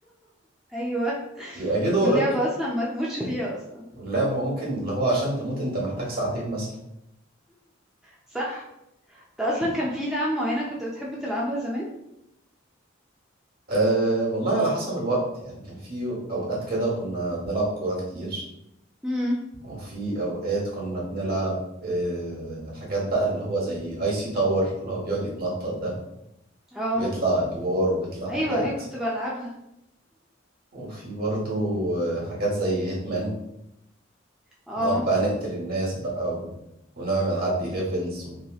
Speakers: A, in the centre; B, on the right.
A: ايوه
B: يبقى جه دورك
A: واللعبة اصلا ما تموتش فيها اصلا
B: واللعبة ممكن اللي هو عشان تموت أنت محتاج ساعتين مثلا
A: صح انت اصلا كان في لعبة معينة كنت بتحب تلعبها زمان
B: أه والله على حسب الوقت يعني كان في أوقات كده كنا بنلعب كورة كتير
A: امم
B: وفي أوقات كنا بنلعب أه حاجات بقى اللي هو زي اي سي تاور اللي هو بيقعد يتنطط ده
A: اه
B: ويطلع أدوار ويطلع حاجات
A: ايوه ايوه كنت بلعبها
B: وفي برضو آه، حاجات زي هيتمان
A: اه
B: نقعد بقى نقتل الناس بقى و... ونعمل عدي ليفلز و...